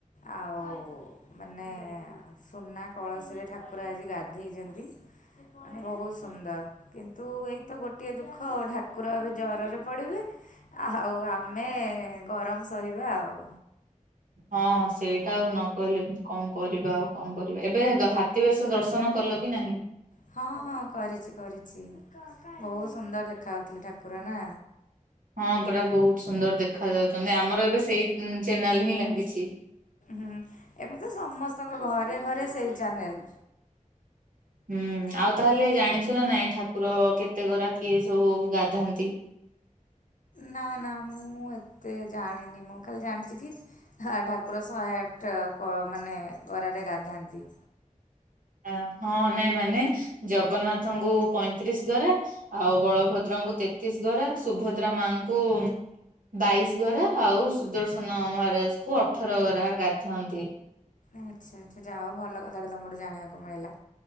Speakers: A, on the left; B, on the right.
A: ଆଉ ମାନେ ସୁନା କଳସୀରେ ଠାକୁର ଆଜି ଗାଧେଇଚନ୍ତି। ମାନେ ବୋହୁତ ସୁନ୍ଦର କିନ୍ତୁ ଏଇତ ଗୋଟିଏ ଦୁଃଖ ଠାକୁର ଏବେ ଜରରେ ପଡିବେ ଆଉଃ ଆମେ ଗରମ ସହିବା ଆଉ।
B: ହଁ ସେଇଟା ଆଉ ନ କହିଲେ କଣ କରିବା ଆଉ କଣ କରିବା। ଏବେ ହେଗ ହାତୀ ବେଶ ଦର୍ଶନ କଲ କି ନାହିଁ?
A: ହଁ ହଁ କରିଚି କରିଚି। ବୋହୁତ ସୁନ୍ଦର ଦେଖା ଯାଉଥିଲେ ଠାକୁର ନା।
B: ହଁ ପରା ବୋହୁତ ସୁନ୍ଦର ଦେଖା ଯାଉଚନ୍ତି। ଆମର ଏବେ ସେଇ ଚ୍ୟାନେଲ ହିଁ ଲାଗିଚି।
A: ହୁଁ ଏବେ ତ ସମସ୍ତଙ୍କ ଘରେ ଘରେ ସେଇ ଚ୍ୟାନେଲ।
B: ହୁଁ ଆଉ ତାହେଲେ ଜାଣିଚୁ ନା ନାଇଁ ଠାକୁର କେତେ ଗରା କିଏ ସବୁ ଗାଧାନ୍ତି।
A: ନାଁ ନାଁ ମୁଁ ଏତେ ଜାଣିନି। ମୁଁ ଖାଲି ଜାଣିଚି କି ହା ଠାକୁର ଶହେ ଆଠ ଗ ମାନେ ଗରାରେ ଗାଧାନ୍ତି।
B: ହଁ ହଁ ନାଇଁ ମାନେ ଜଗନ୍ନାଥଙ୍କୁ ପଇଁତିରିଶ ଗରା। ଆଉ ବଳଭଦ୍ରଙ୍କୁ ତେତିଶ ଘରା ସୁଭଦ୍ରା ମାଙ୍କୁ ବାଇଶି ଗରା ଆଉ ସୁଦର୍ଶନ ମହାରାଜ କୁ ଅଠର ଗରା ଗାଧୁଅନ୍ତି।
A: ଆଚ୍ଛା ଆଚ୍ଛା ଯାହା ହୋଉ ଭଲ କଥାଟେ ତମଠୁ ଜାଣିବାକୁ ମିଳିଲା।